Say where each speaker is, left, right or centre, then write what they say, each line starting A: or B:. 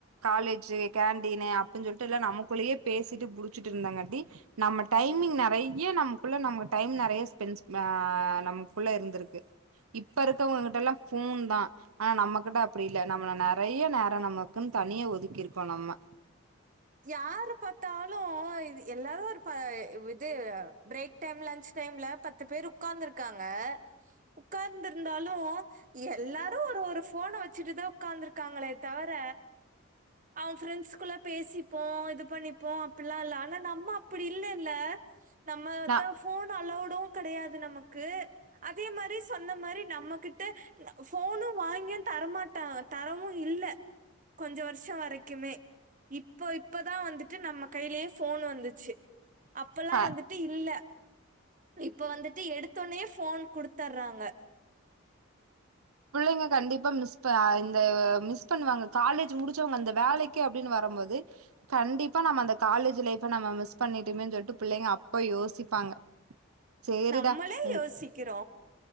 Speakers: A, on the right (about 85°); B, on the right (about 35°).
A: காலேஜ்ஜு கேண்டீனு அப்டின் சொல்ட்டு எல்லா நமக்குள்ளயே பேசிட்டு புடுச்சுட்டு இருந்தாங்க அப்டி நம்ம டைமிங் நெறைய நம குள்ள நமக்கு டைம் நெறைய ஸ்பெண்ட்ஸ் அ நமக்குள்ள இருந்துருக்கு இப்ப இருக்கவங்ககிட்ட எல்லா ஃபோன்தா ஆனா நம்மகிட்ட அப்புடி இல்ல நம்மள நெறைய நேரொ நமக்குன்னு தனிய ஒதுக்கி இருக்கோ நம்ம
B: யாரு பாத்தாலு இது எல்லாரு ஒரு ப இது பிரேக் டைம் லன்ச் டைம்ல பத்து பேர் உக்காந்துருக்காங்க உக்காந்து இருந்தாலு எல்லாரு ஒரு ஒரு ஃபோன வச்சுட்டுதா உக்காந்துருக்காங்களே தவர ஆவ ஃப்ரெண்ட்ஸ் குள்ள பேசிப்போ இது பண்ணிப்போ அப்டிலா இல்ல ஆனா நம்ம அப்டி இல்லெல்ல நம்மதா
A: நா
B: ஃபோன் அலோவ்டு கெடையாது நமக்கு அதே மாரி சொன்ன மாரி நம்மகிட்ட ஃபோனு வாங்கியு தரமாட்டாங் தரவு இல்ல கொஞ்ச வர்ஷோ வரைக்குமே இப்ப இப்பதா வந்துட்டு நம்ம கையிலேயே ஃபோன் வந்துச்சு அப்பல்லா
A: க
B: வந்துட்டு இல்ல இப்ப வந்துட்டு எடுத்தோனே ஃபோன் குடுத்தர்றாங்க
A: புள்ளெங்க கண்டிப்பா மிஸ் ப அ இந்த மிஸ் பண்ணுவாங்க காலேஜ் முடுச்சவுங்க அந்த வேலக்கி அப்டின்னு வரம்போது கண்டிப்பா நம்ம அந்த காலேஜ் லைஃப நம்ம மிஸ் பண்ணிட்டோமேனு சொல்லிட்டு பிள்ளைங்க அப்போ யோசிப்பாங்க சேரிடா
B: நம்மளே
A: ம்
B: யோசிக்கிறோ